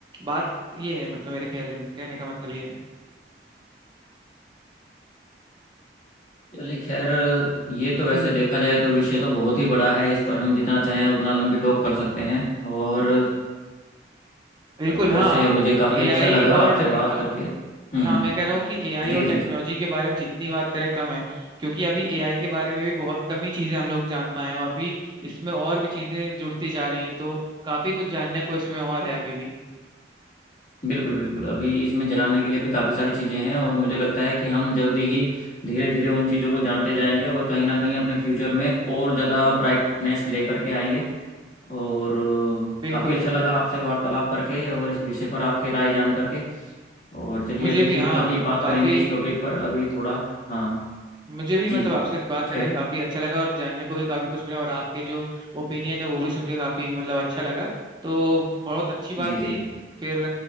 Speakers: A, on the right; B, on the left.
A: बात ये है मतलब मेरे ख्याल में कहने का मतलब ये है
B: चलिए खैर ये तो वैसे
A: हम्म
B: देखा जाए तो विषय तो बहुत ही बड़ा है इस पर हम जितना चाहें उतना लंबी टोक कर सकते हैं और
A: बिल्कुल
B: वैसे
A: हाँ आप
B: मुझे काफ़ी
A: एआई
B: अच्छा लगा
A: और
B: आपसे
A: अ,
B: बात करके हम्म
A: हाँ मैं कह रहा हूँ कि एआई
B: जी
A: और टेक्नोलॉजी
B: जी
A: के बारे में जितनी बात करें कम है क्योंकि अभी एआई के बारे में भी बहुत कम ही चीजें हम लोग जान पाए हैं और अभी इसमें और भी चीजें जुड़ती जा रही हैं तो काफी कुछ जानने को इसमें और है अभी भी
B: बिल्कुल बिल्कुल अभी इसमें जानने के लिए भी काफ़ी सारी चीज़ें हैं और मुझे लगता है कि हम जल्दी ही धीरे धीरे उन चीज़ों को जानते जाएंगे और कहीं ना कहीं अपने फ्यूचर में और ज़्यादा ब्राइटनेस लेकर के आएंगे और
A: बिल्कुल
B: काफ़ी अच्छा
A: बिल्कुल
B: लगा आपसे वार्तालाप करके और इस विषय पर आपके राय जान करके और चलिए
A: मुझे
B: अभी
A: भी
B: फिर
A: हाँ
B: कभी बात
A: काफी
B: करेंगे इस टॉपिक पर अभी थोड़ा हाँ
A: मुझे भी
B: जी
A: मतलब आपसे बात
B: कुछ
A: करके
B: कह रहे
A: काफी अच्छा लगा और जानने को भी काफी कुछ मिला और आपके जो ओपिनियन है वो भी सुन के काफी मतलब अच्छा लगा तो बहुत अच्छी बात
B: जी
A: थी
B: जी
A: फिर